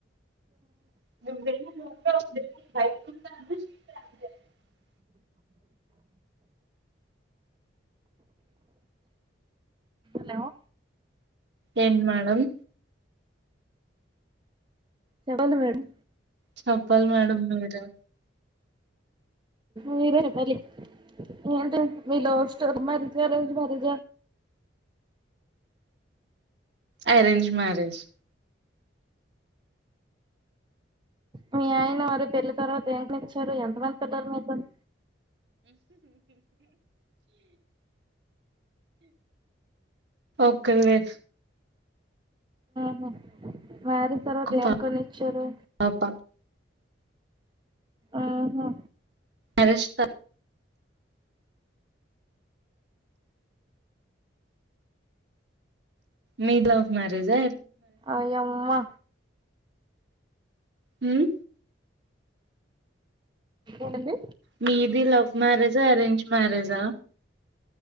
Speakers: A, on the right; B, on the right.
A: <unintelligible>
B: హలో
A: ఇంటి మేడమ్
B: చెప్పాల మేడం
A: చెప్పాలి మేడం మీరే
B: మీరే చెప్పాలి ఏంటి మీ లవ్ స్టోరీ లవ్ మ్యారేజా అరేంజ్ మ్యారేజా
A: అరేంజ్ మ్యారేజ్
B: మీ ఆయన మరి పెళ్లి తర్వాత ఏంకో నిచ్చారు ఎంత మంది పిల్లలు మీతోని
A: ఓకే అండి
B: మ్ హు మ్యారేజ్ తర్వాత
A: ఒక్క
B: ఏం కొనిచ్చారు
A: పాప
B: ఆహా
A: అరుస్తా మీది లవ్ మ్యారేజ్
B: అయమ్మా
A: మ్
B: ఏంది
A: మీది లవ్ మ్యారేజా అరేంజ్ మ్యారేజా